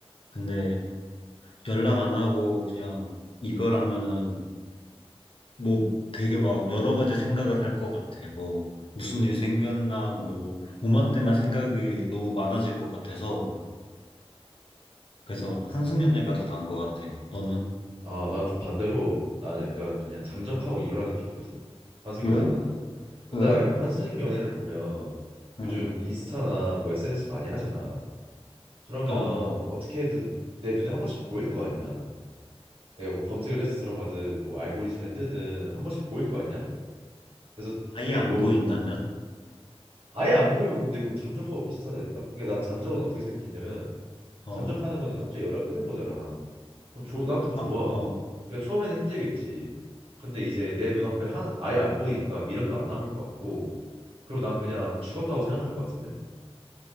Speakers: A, on the left; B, on the right.
A: 근데 연락 안 하고 그냥 이별하면은 뭐 되게 막 여러 가지 생각을 할 것 같아. 뭐 무슨 일 생겼나, 뭐 오만 때만 생각이 너무 많아질 것 같아서 그래서 한승연 애가 더 나은 것 같아. 너는?
B: 아, 난 좀 반대로 나는 약간 그냥 잠적하고 입을 하는 게 좋거든. 환승
A: 왜?
B: 연애보다는. 일단
A: 왜?
B: 환승 연애를 보면
A: 응.
B: 요즘 인스타나 뭐 SNS 많이 하잖아. 그러면
A: 어, 어.
B: 어떻게든 내 눈에 한 번씩 보일 거 아니야. 내가 뭐 검색을 해서 들어가든 뭐 알고리즘에 뜨든 한 번씩 보일 거 아니야. 그래서
A: 아예
B: 둘이
A: 안
B: 뭐
A: 보인다면?
B: 아예 안 보이면 근데 그럼 잠적하고 비슷하지 않을까? 그러니까 난 잠적은 어떻게 생각했냐면
A: 어,
B: 잠적하는 거는 갑자기 연락 끊은 거잖아. 그럼 조, 난 더 좋아.
A: 아, 어.
B: 그러니까 처음에는 힘들겠지. 근데 이제 내 눈앞에 하, 아예 안 보이니까 미련도 안 남을 것 같고, 그리고 난 그냥 죽었다고 생각할 것 같은데?